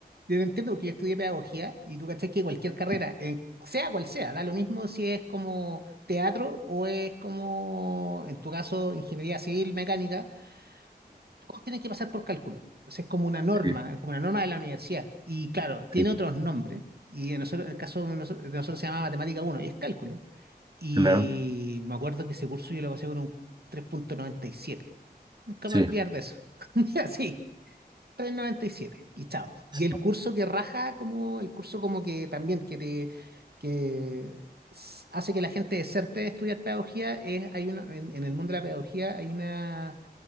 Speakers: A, on the right (about 70°); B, on the right (about 25°).
A: te entiendo porque yo estudié pedagogía y tú cachás que cualquier carrera,
B: Sí,
A: en- sea cual sea, da lo mismo si es como teatro o es como, en tu caso, ingeniería civil, mecánica, todos tienen que pasar por cálculo. O sea, es como una norma,
B: sí,
A: es como una norma de la universidad. Y claro, tiene
B: sí, sí,
A: otros nombres. Y en, nosotros, en el caso de nosotros, de nosotros se llama Matemática uno y es cálculo. Y
B: claro,
A: me acuerdo que ese curso yo lo pasé con un tres punto noventa y siete Nunca
B: sí,
A: me voy a olvidar de eso. <laughs> Así 3.97 y siete y chao. Y
B: sí,
A: el curso que raja, como el curso como que también que te que s- hace que la gente deserte de estudiar pedagogía, es, hay una, en, en el mundo de la pedagogía hay una,